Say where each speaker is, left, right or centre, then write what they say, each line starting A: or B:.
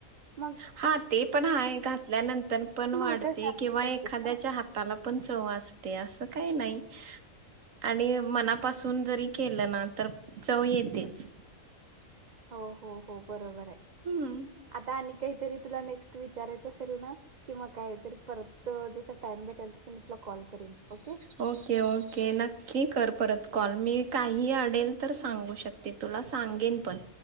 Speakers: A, on the right; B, on the right.
A: ह. <inaudible>
B: हां, ते पण हाय, घातल्यानंतर पण
A: माहित
B: वाढते,
A: असायला
B: किंवा
A: पाहिजेत
B: एखाद्याच्या
A: ना
B: हात ला, पण चव असते, असं काही नाही. आणि मनापासून, जरी केलं ना, तर चव येतेच.
A: हो हो हो, बरोबर य,
B: हम्म
A: आता आणि काहीतरी, तुला नेक्स्ट विचारायचं असेल ना? किंवा काय तर, परत जसं टाइम भेटल, तसं मी तुला कॉल करीन, ओके?
B: ओके, ओके, नक्की कर परत कॉल, मी काहीही अडेल, तर सांगू शक ते, तुला सांगेन पण.